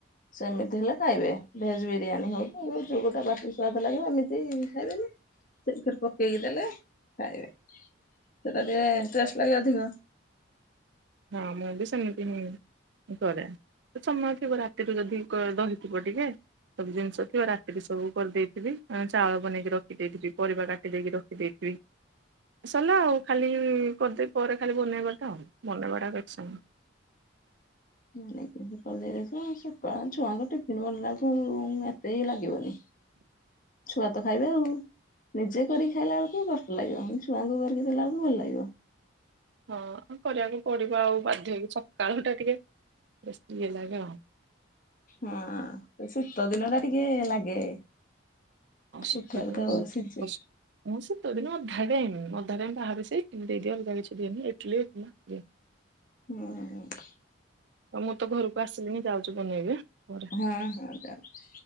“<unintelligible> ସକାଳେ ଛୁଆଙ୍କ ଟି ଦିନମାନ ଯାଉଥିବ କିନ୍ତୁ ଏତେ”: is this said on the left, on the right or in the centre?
Left